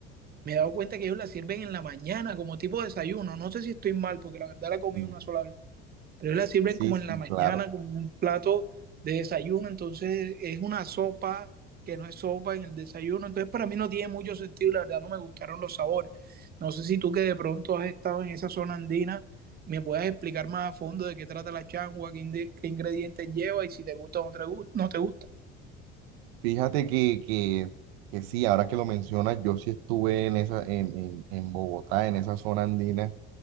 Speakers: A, on the right; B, on the right.
A: me he dado cuenta que ellos la sirven en la mañana como tipo de desayuno. No sé si estoy mal, porque la verdad la comí
B: Sí,
A: una sola vez. Pero la sirven
B: sí,
A: como
B: sí,
A: en la mañana,
B: claro.
A: como un plato de desayuno, entonces es una sopa que no es sopa en el desayuno, entonces para mí no tiene mucho sentido, la verdad no me gustaron los sabores. No sé si tú que de pronto has estado en esa zona andina, me puedas explicar más a fondo de qué trata la changua, qué, inde- qué ingredientes lleva y si te gusta o no te gu- no te gusta.
B: Fíjate que, que, que sí, ahora que lo mencionas, yo sí estuve en esa, en, en, en Bogotá, en esa zona andina,